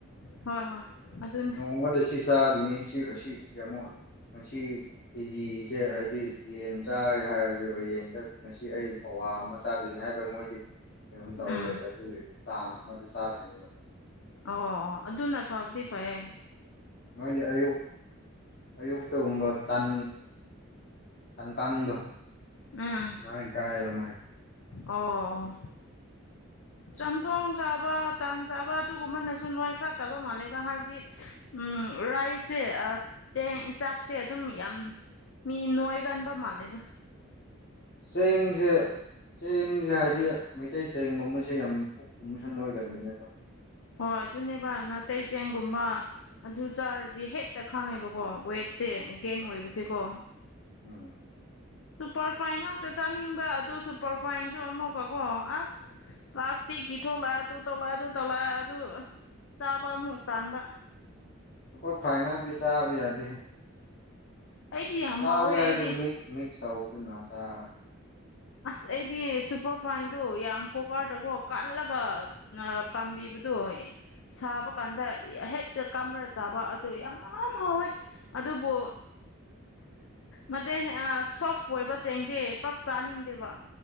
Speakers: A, on the left; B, on the left.
A: ꯍꯣꯏ ꯍꯣꯏ ꯑꯗꯨꯅꯤ
B: ꯅꯣꯡꯃꯗ ꯁꯤ ꯆꯥꯗꯣꯏꯅꯦ ꯁꯤ ꯑꯁꯤ ꯀꯌꯥꯃꯨꯛ ꯃꯁꯤ ꯀꯦꯖꯤꯁꯦ ꯍꯥꯏꯗꯤ ꯌꯦꯟ ꯆꯥꯔꯦ ꯍꯥꯏꯔꯁꯦꯕ ꯌꯦꯟꯗ ꯉꯁꯤ ꯑꯩ ꯄꯋꯥ ꯑꯃ ꯆꯥꯗꯣꯏꯅꯤ ꯍꯥꯏꯕ ꯃꯣꯏꯗꯤ ꯀꯩꯅꯣꯝ ꯇꯧꯔ
A: ꯎꯝ
B: ꯂꯩ ꯑꯗꯨꯒꯤ ꯆꯥꯡ ꯑꯃꯗ ꯆꯥꯗꯣꯏꯅꯦꯕ
A: ꯑꯣ ꯑꯗꯨꯅ ꯐꯕꯗꯤ ꯐꯌꯦ
B: ꯍ ꯌꯥ ꯑꯌꯣ <unintelligible> ꯑꯌꯨꯛꯇꯒꯨꯝꯕ ꯇꯥꯟ ꯇꯥꯟꯀꯥꯡꯗꯣ
A: ꯎꯝ
B: ꯃꯥꯥꯏ ꯀꯥꯏ ꯃꯥꯥꯏ
A: ꯑꯣ ꯆꯝꯊꯣꯡ ꯆꯥꯕ ꯇꯥꯟ ꯆꯥꯕ ꯑꯗꯨꯒꯨꯝꯕꯅꯁꯨ ꯅꯣꯏꯈꯥꯠꯇꯕ ꯃꯥꯜꯂꯦꯗ ꯍꯥꯏꯕꯗꯤ ꯎꯝ ꯔꯥꯏꯁꯦ ꯆꯦꯡ ꯆꯥꯛꯁꯦ ꯑꯗꯨꯝ ꯌꯥꯝ ꯃꯤ ꯅꯣꯑꯒꯥꯟꯕꯥ ꯃꯥꯂꯦꯗ
B: ꯆꯦꯡꯖꯦ ꯆꯦꯡꯁꯦ ꯍꯥꯏꯗꯤ ꯃꯩꯇꯩ ꯆꯦꯡ ꯒꯨꯝꯃꯁꯦ ꯌꯥꯝ ꯄꯨꯛ ꯀꯨꯝꯕꯁꯦ ꯌꯥꯝ ꯅꯣꯏꯒꯟꯕꯅꯦ ꯀꯣ
A: ꯍꯣꯏ ꯑꯗꯨꯅꯦꯕ ꯅꯥꯇꯩ ꯆꯦꯡꯒꯨꯝꯕ ꯑꯗꯨ ꯆꯥꯔꯗꯤ ꯍꯦꯛꯇ ꯈꯥꯡꯉꯦꯕꯀꯣ ꯋꯦꯠꯁꯦ ꯒꯦꯟ ꯑꯣꯏꯕꯁꯦꯀꯣ
B: ꯎꯝ
A: ꯁꯨꯄꯔꯐꯥꯏꯟ ꯉꯥꯛꯇ ꯆꯥꯅꯤꯡꯕ ꯑꯗ ꯁꯨꯄꯔꯐꯥꯏꯟꯁꯨ ꯑꯃꯨꯛꯀꯀꯣ ꯑꯁ ꯄ꯭ꯂꯥꯁꯇꯤꯛꯀꯤ ꯊꯣꯛꯂꯛꯑ ꯑꯗꯨ ꯇꯧꯂꯛꯑ ꯑꯗꯨ ꯇꯧꯂꯛꯑ ꯑꯗꯨ ꯆꯥꯕ ꯑꯃꯨꯛ ꯇꯥꯟꯕ
B: ꯁꯨꯄꯔꯐꯥꯏꯟ ꯉꯥꯛꯗꯤ ꯆꯥꯕ ꯌꯥꯗꯦꯍꯦ
A: ꯑꯩꯗꯤ ꯌꯥꯝ
B: ꯆꯒꯦ
A: ꯍꯥꯎꯋꯦ
B: ꯍꯥꯢꯔꯁꯨ
A: ꯑꯩꯗꯤ
B: ꯃꯤꯛꯁ ꯃꯤꯛꯁ ꯊꯧꯗꯨꯅ ꯆꯥꯔꯅꯤ
A: ꯑꯁ ꯑꯩꯗꯤ ꯁꯨꯄꯔ ꯐꯥꯏꯟꯗꯨ ꯌꯥꯝ ꯀꯣꯀꯔꯗꯀꯣ ꯀꯜꯂꯒ ꯑ ꯀꯥꯝꯕꯤꯕꯗꯨꯌꯦ ꯁꯥꯕ ꯀꯥꯟꯗ ꯍꯦꯛꯇ ꯀꯥꯝꯔ ꯆꯥꯕ ꯑꯗꯨ ꯌꯥꯝ ꯍꯥꯎꯋꯦ ꯑꯗꯨꯕꯨ ꯅꯠꯇꯦ ꯁꯣꯐ ꯑꯣꯏꯕ ꯆꯦꯡꯁꯦ ꯄꯥꯛ ꯆꯥꯅꯤꯡ ꯗꯦꯕ